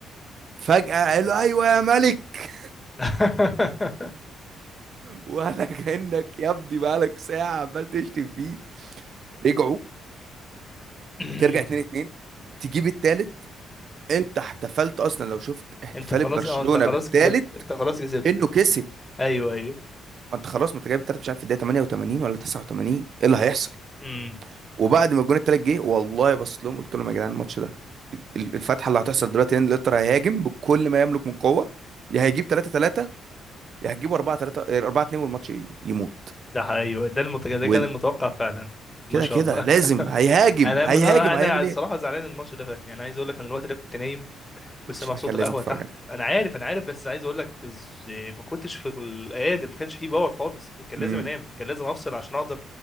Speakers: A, on the right (about 55°); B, on the left (about 15°).
A: فجأة قال له ايوه يا ملك
B: <clears throat>
A: <laughs> ولا كأنك يا ابني بقالك ساعة عمال تشتم فيه رجعوا
B: <laughs>
A: ترجع 2 2 تجيب التالت انت احتفلت اصلا لو شفت احتفال
B: انت خلاص
A: برشلونة
B: اه انت خلاص
A: بالتالت
B: كسبت انت خلاص كسبت
A: انه كسب
B: ايوه ايوه
A: ما انت خلاص ما انت جايب التالت مش عارف في الدقيقه 88 ولا 89 ايه اللي هيحصل
B: امم
A: وبعد ما الجون التالت جه والله بصيت لهم قلت لهم يا جدعان الماتش ده ال- الفتحه اللي هتحصل دلوقتي ان الانتر هيهاجم بكل ما يملك من قوه يا هيجيب 3 3 يا هتجيبوا 4 3 4 2 والماتش ي- يموت
B: ده ح- ايوه ده المت... ده
A: وال...
B: كان المتوقع فعلا ما
A: كده
B: شاء
A: كده
B: الله
A: لازم
B: <laughs>
A: هيهاجم
B: انا
A: هيهاجم
B: مز... انا أنا
A: هيعمل
B: الصراحه
A: ايه
B: زعلان ان الماتش ده فاتني انا عايز اقول لك انا الوقت ده كنت نايم
A: الماتش
B: وسامع صوت
A: ده كان
B: القهوه
A: لازم تتفرج
B: تحت
A: عليه
B: انا عارف انا عارف بس عايز اقول لك ز- ما كنتش في القادر ما كانش فيه باور خالص كنت- كان
A: امم
B: لازم انام كان لازم افصل عشان اقدر